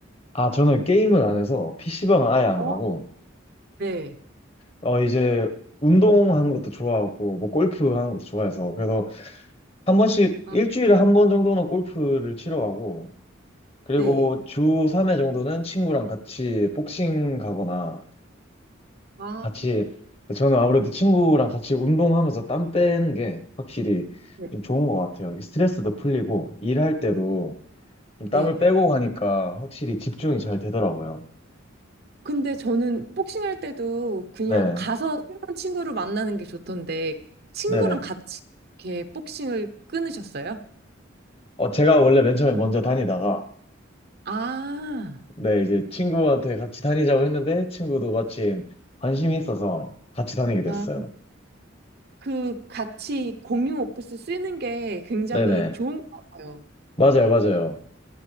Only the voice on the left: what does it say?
아, 저는 게임을 안 해서 PC방은 아예 안
가고,
어, 이제 운동하는 것도 좋아하고, 뭐 골프 하는 것도 좋아해서, 그래서 한 번씩,
일주일에 한 번 정도는 골프를 치러 가고, 그리고
주 3회 정도는 친구랑 같이 복싱 가거나,
같이, 저는 아무래도 친구랑 같이 운동하면서 땀 빼는 게 확실히
좀 좋은 것 같아요. 이게 스트레스도 풀리고, 일할 때도 좀 땀을
빼고 가니까 확실히 집중이 잘 되더라고요.
네,
네네.
어, 제가 원래 맨 처음에 먼저 다니다가,
네, 이제 친구한테 같이 다니자고 했는데, 친구도 마침 관심이 있어서 같이 다니게 됐어요.
네네.
맞아요, 맞아요.